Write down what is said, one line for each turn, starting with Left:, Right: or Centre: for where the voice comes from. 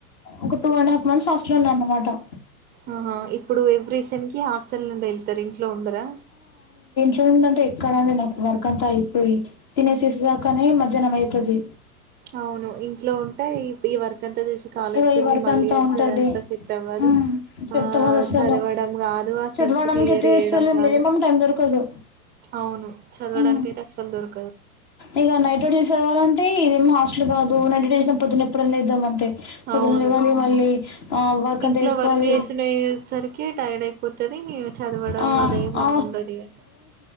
Left: ఒక టూ అండ్ హా్ంత్స్ సన్నా అన్నమాటం
Right: ఆహా ఇప్పుడు ఎవ్రీ సెమ్ కి హాస్టల్ బిల్ ఇద్దరి ఇంట్లో ఉండరా
Left: చూందంటే ఎక్కడండడి నాకు వర్క్ అంతా అయిపోయి తినేసేసే దాకానే మధ్యాహ్నం అవుతుది
Right: అవును ఇంట్లో ఉంటే ఈ వర్క్ అంతా చేసి కాలేజ్కి
Left: ఇగ ఈ
Right: వెళ్ళి
Left: వర్క్
Right: మళ్ళీ
Left: అంతా
Right: వచ్చి
Left: ఉంటది
Right: అదంతా సేట్ అవ్వదు
Left: మ్మ్ సెట్
Right: ఆ
Left: అవ్వదు అస్సలు
Right: చదవడం కాదు ఆ
Left: చదవడానికి
Right: సెమ్స్ క్లియర్
Left: అయితే
Right: యడం
Left: అస్సలు
Right: రాదు
Left: మినిమం టైం దొరకదు
Right: అవును చదవడానికి
Left: మ్మ్
Right: అయితే అసలు దొరుక్
Left: ఇగ నైట్ నుంచి చదవాలా అంటే ఇదేం హస్టల్ కాదు నైట్ డేషన్ పొద్దున ఎప్పుడొ లేద్దామంటే పొద్దున
Right: అవును
Left: లేవాలి మళ్ళీ ఆ వర్క్
Right: ఇంట్లో
Left: అంతా చేసుకోవాలి
Right: వర్క్ చేసిండే సరికి టైర్డ్ అయిపోతది చదవడం
Left: ఆ
Right: అదేం
Left: ఆ
Right: ఉండది ఇగ